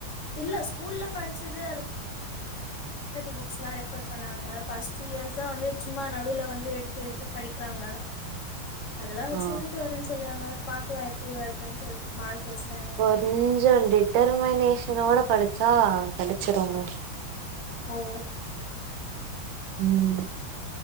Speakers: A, on the left (about 55°); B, on the right (about 75°).
A: இல்ல ஸ்கூல்ல படிச்சது புக்ஸ்லாம் ரெஃபர் பண்ணாங்க பர்ஸ்ட் டூ இயர்ஸா வந்து சும்மா நடுல வந்து எடுத்து எடுத்து படிக்கிறாங்க அதெல்லாம் வச்சு
B: ஆ
A: எழுதிட்டு வரேன் சொல்றாங்க பாக்லாம் எப்டி வருதுன் சொல்ட்டு மார்க் வச்சுதானே
B: கொஞ்சம்
A: வருது.
B: டிட்டெர்மினேஷனோட படிச்சா கிடைச்சிருங்க
A: ஹும்
B: உம்